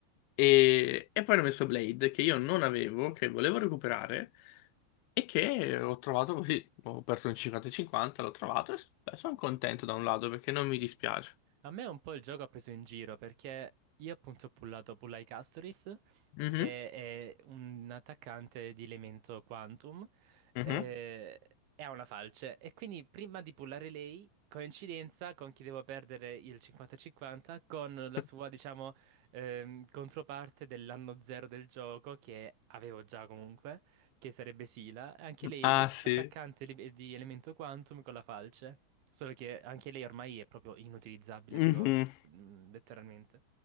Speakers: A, on the left; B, on the right.
A: E, e poi hanno messo Blade, che io non avevo, che volevo recuperare, e che ho trovato così. Ho perso un 50 e 50, l'ho trovato e s- beh, sono contento
B: Sì,
A: da un lato perché non mi dispiace.
B: A me un po' il gioco ha preso in giro perché io appunto ho pullato Pullai Castoris,
A: Mhm,
B: che è un attaccante di elemento Quantum,
A: mhm.
B: eh, e ha una falce. E quindi prima di pullare lei, coincidenza con chi devo perdere il 50-50, con la
A: <laughs>
B: sua, diciamo, ehm, controparte dell'anno zero del gioco, che avevo già comunque che sarebbe Sila, anche lei
A: Ah
B: le-
A: sì.
B: attaccante li- di elemento quantum con la falce, solo che anche lei ormai è proprio inutilizzabile,
A: Mhm.
B: proprio mm, letteralmente.